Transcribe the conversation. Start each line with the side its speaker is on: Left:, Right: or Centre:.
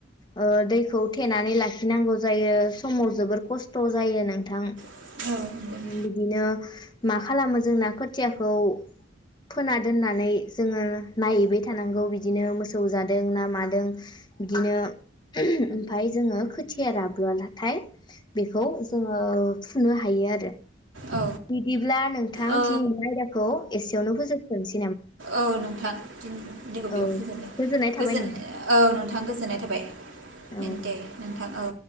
Left: ओ दैखौ थेनानै लाखिनांगौ जायो समाव जोबोर खस्थ' जायो नोंथां।
Right: <unintelligible>
Left: बिदिनो मा खालामो जों ना खोथियाखौ फोना दोननानै जोङो नायहैबाय थानांगौ बिदिनो मोसौ जादों ना मादों। बिदिनो ओमफ्राय जोङो खोथिया राबोलाथाय बेखौ जोङो फुनो हायो आरो
Right: औ
Left: बि ब्ला नोंथां
Right: औ
Left: दिनि आयदाखौ एसेयावनो होजोबथनोसै।
Right: औ नोंथांखौ बेयावनो
Left: औ
Right: फोजोनाय
Left: गोजोननाय थाबाय नों
Right: औ नोंथां गोजोननाय थाबाय
Left: औ
Right: दे नोंथां औ।